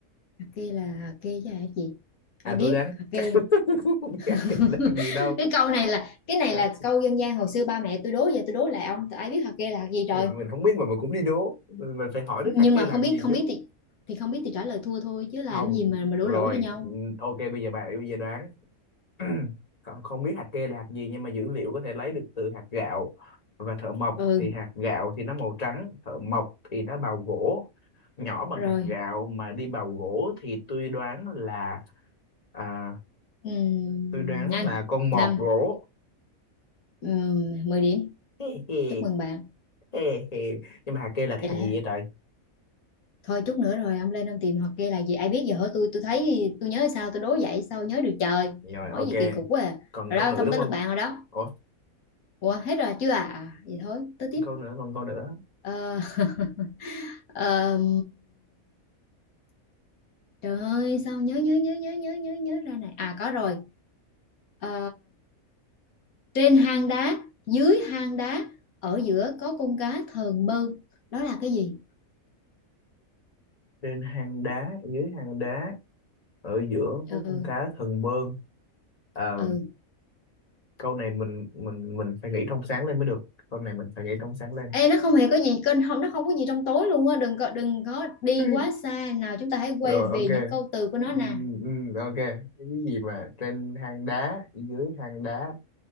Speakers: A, on the left (about 85°); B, on the left (about 30°).
A: hạt kê là hạt kê chứ hả chị ai
B: à
A: biết
B: tôi đoán
A: hạt kê
B: chắc <laughs> không biết hạt kê
A: <laughs>
B: là hạt gì đâu
A: cái câu này là cái này
B: chắc
A: là câu dân gian hồi xưa ba mẹ tôi đố giờ tôi đố lại ông ai biết hạt kê là hạt gì rồi
B: mình không biết mà mình cũng đi đố mình, mình phải hỏi đứa
A: nhưng
B: thằng kia
A: mà
B: làm
A: không biết
B: gì
A: không
B: chứ
A: biết thì thì không biết thì trả lời thua thôi chứ làm
B: không
A: gì mà mà đổ
B: rồi
A: lỗi cho nhau
B: ok bây giờ bà bây giờ đoán <clears throat> còn không biết hạt kê là hạt gì nhưng mà dữ liệu có thể lấy được từ hạt gạo và thợ mộc
A: ừ
B: thì hạt gạo thì nó màu trắng thợ mộc thì nó bào gỗ nhỏ bằng
A: rồi
B: hạt gạo mà đi bào gỗ thì tôi đoán là à,
A: Ừm,
B: tôi đoán
A: nhanh
B: là con mọt
A: năm
B: gỗ
A: um, 10 điểm
B: Hê hê,
A: chúc mừng bạn
B: hê hê. nhưng mà hạt kê là cái
A: vậy
B: hạt
A: là
B: gì
A: hết
B: vậy trời
A: thôi chút nữa rồi ông lên ông tìm hoặc kia là gì ai biết giờ hỏi tôi tôi thấy tôi nhớ sao tôi đố vậy sao nhớ được trời
B: rồi ok
A: hỏi gì kỳ cục quá à.
B: còn
A: rồi
B: câu
A: đó
B: nữa
A: xong
B: đúng
A: tới
B: không
A: lượt bạn rồi đó
B: ủa
A: ủa hết rồi chưa à, à vậy thôi tới tiếp
B: câu nữa còn câu nữa
A: Ờ, <laughs> ờm, trời ơi sao nhớ nhớ nhớ nhớ nhớ nhớ nhớ ra này à có rồi Ờ, trên hang đá dưới hang đá ở giữa có con cá thờn bơn đó là cái gì
B: trên hang đá dưới hang đá ở giữa
A: ừ,
B: có con cá thần bơn à,
A: ừ
B: câu này mình mình mình phải nghĩ trong sáng lên mới được câu này mình phải nghĩ trong sáng lên
A: Ê, nó không hề có gì kênh không nó không có gì trong tối luôn á đừng có đừng có đi
B: <laughs>
A: quá xa nào chúng ta hãy quay
B: rồi ok
A: về những câu từ của nó
B: Ừm,
A: nè
B: ừm, ok cái gì mà trên hang đá dưới hang đá